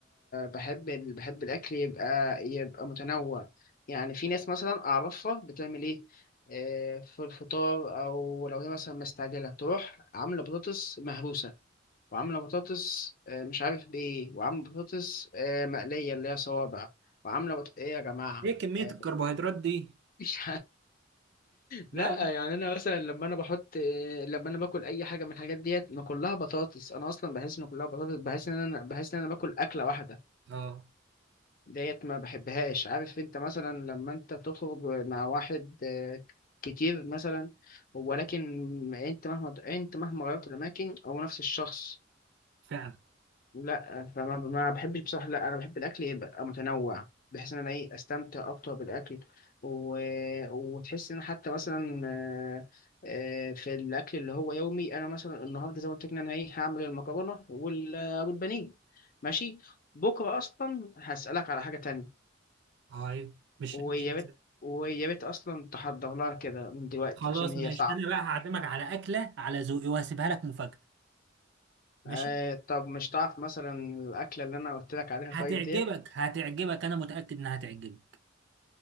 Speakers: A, on the left; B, on the right.
A: بحب ال... بحب الاكل يبقى يبقى متنوع يعني في ناس مثلا اعرفها بتعمل ايه آه، في الفطار او لو هي مثلا مستعجله تروح عامله بطاطس مهروسه وعامله بطاطس آه، مش عارف بايه وعامله بطاطس آه، مقليه اللي هي صوابع وعامله بط... ايه يا جماعه
B: ايه كميه
A: آه،
B: الكربوهيدرات دي
A: <laughs> مش
B: لا
A: لا
B: لا
A: يعني انا مثلا لما انا بحط لما انا باكل اي حاجه من الحاجات ديت ما كلها بطاطس انا اصلا بحس ان كلها بطاطس بحس ان انا بحس ان انا باكل اكله واحده
B: اه
A: ديت ما بحبهاش عارف انت مثلا لما انت تخرج مع واحد آه، كتير مثلا ولكن انت مهما انت مهما غيرت الاماكن هو نفس الشخص
B: فعلا
A: لا فما ما بحبش بصراحة لا أنا بحب الأكل يبقى متنوع بحيث إن أنا إيه أستمتع أكتر بالأكل و... وتحس إن حتى مثلا آه، آه، في الأكل اللي هو يومي أنا مثلا النهاردة زي ما قلت لك إن أنا إيه هعمل المكرونة وال... والبانيه ماشي بكرة أصلا هسألك على حاجة تانية
B: اه أيوة. مش
A: ويا
B: مش
A: ريت ويا ريت أصلا تحضر لها كده من دلوقتي
B: خلاص
A: عشان هي
B: ماشي
A: صعبة
B: انا بقى هعزمك على اكله على ذوقي وهسيبها لك مفاجاه ماشي
A: آه طب مش تعرف مثلا الأكلة اللي أنا قلت لك عليها
B: هتعجبك
A: طيب ديت
B: هتعجبك انا متاكد انها هتعجبك